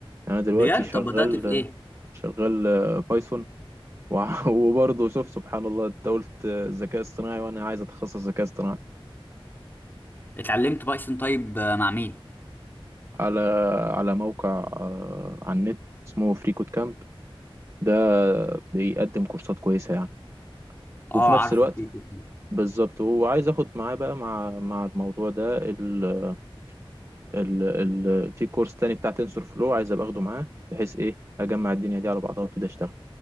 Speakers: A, on the right; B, on the left.
A: يعني انا دلوقتي
B: بجد
A: شغال
B: طب بدأت في ايه
A: شغال بايثون وع- <laughs> وبرضه شوف سبحان الله انت قلت ذكاء اصطناعي وانا عايز اتخصص ذكاء اصطناعي
B: اتعلمت بايثون طيب آه، مع مين
A: على على موقع آه، على النت اسمه فريكوت كامب ده بيقدم كورسات كويسة يعني
B: اه
A: وفي نفس
B: عارفه
A: الوقت
B: في كتير.
A: بالظبط وعايز اخد معاه بقى مع مع الموضوع ده ال ال ال في كورس تاني بتاع تنسور فلو عايز ابقى اخده معاه بحيث ايه اجمع الدنيا دي على بعضها وابتدي اشتغل